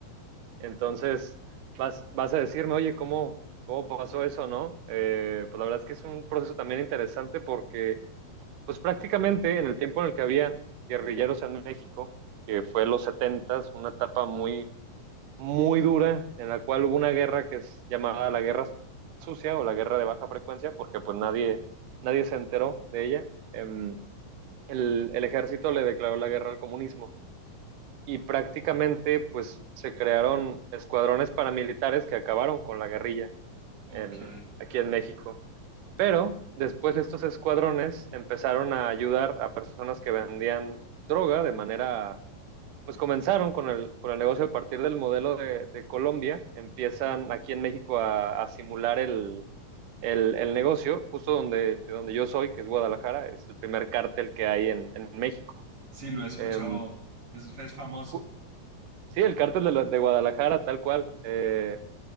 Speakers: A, on the right; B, on the right.
A: Entonces, vas, vas a decirme, oye, ¿cómo, cómo pasó eso, no? Eh, pues la verdad es que es un proceso también interesante porque, pues prácticamente en el tiempo en el que habían guerrilleros en México, que fue los setentas, una etapa muy, muy dura, en la cual hubo una guerra que es llamada la guerra sucia o la guerra de baja frecuencia, porque pues nadie, nadie se enteró de ella. Em, el, el ejército le declaró la guerra al comunismo y prácticamente pues se crearon escuadrones paramilitares que acabaron con la guerrilla
B: ok.
A: en, aquí en México. Pero después estos escuadrones empezaron a ayudar a personas que vendían droga de manera, pues comenzaron con el, con el negocio a partir del modelo de, de Colombia, empiezan aquí en México a, a simular el, el, el, negocio, justo donde, de donde yo soy, que es Guadalajara, es el primer cártel que hay en, en México.
B: Sí, lo he escuchado.
A: Eh,
B: Es, es famoso.
A: ju- Sí, el cártel de, la- de Guadalajara, tal cual. Eh,